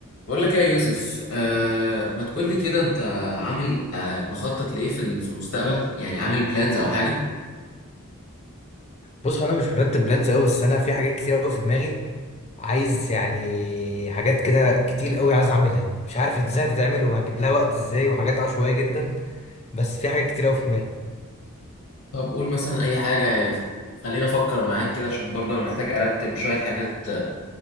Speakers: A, on the left (about 80°); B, on the left (about 30°).
A: بقول لك ايه يا يوسف آه ما تقول لي كده انت عامل آه مخطط لايه في ال- في المستقبل يعني عامل بلانز او حاجه
B: بص هو انا مش مرتب بلانز قوي بس انا في حاجات كتير قوي في دماغي عايز يعني حاجات كده كتير قوي عايز اعملها مش عارف ازاي هتتعمل وهجيب لها وقت ازاي وحاجات عشوائيه جدا بس في حاجات كتير قوي في دماغي
A: طب قول مثلا اي حاجه خلينا افكر معاك كده عشان برضه انا محتاج ارتب شويه حاجات آه،